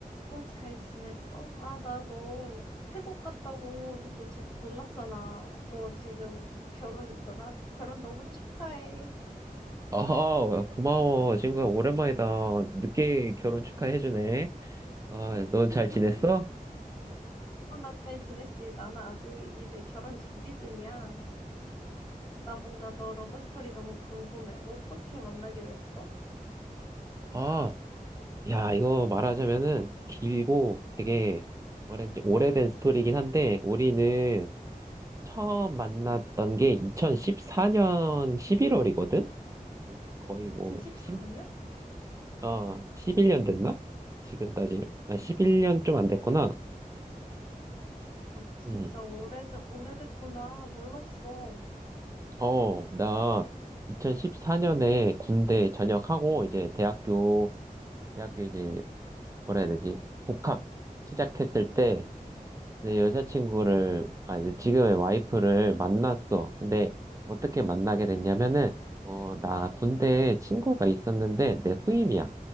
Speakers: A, on the left; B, on the right.
A: 어, 잘 지냈어? 아, 나 너 태국 갔다고 듣고 진짜 놀랐잖아. 너 지금 결혼했잖아. 결혼 너무 축하해.
B: 아, 고마워, 친구야. 오랜만이다. 늦게 결혼 축하해주네. 아, 넌
A: <laughs>
B: 잘 지냈어?
A: 어, 나 잘 지냈지. 나는 아직 이제 결혼 준비 중이야. 어, 나 뭔가 너 러브스토리 너무 궁금해. 어떻게 만나게 됐어?
B: 아, 야, 이거 말하자면은 길고 되게 뭐라지 오래된 스토리긴 한데, 우리는 처음 만났던 게 2014년 11월이거든? 거의
A: 2014년?
B: 뭐, 1 아, 11년 됐나? 지금 따지, 아, 11년 좀 안 됐구나.
A: 어, 진짜
B: 음,
A: 오래전, 오래됐구나. 몰랐어.
B: 어, 나 2014년에 군대 전역하고 이제 대학교 대학교 이제 뭐라 해야 되지? 복학 시작했을 때
A: 응.
B: 내 여자친구를 아 이제 지금의 와이프를 만났어. 근데 어떻게 만나게 됐냐면은 어 나 군대에 친구가 있었는데 내 후임이야.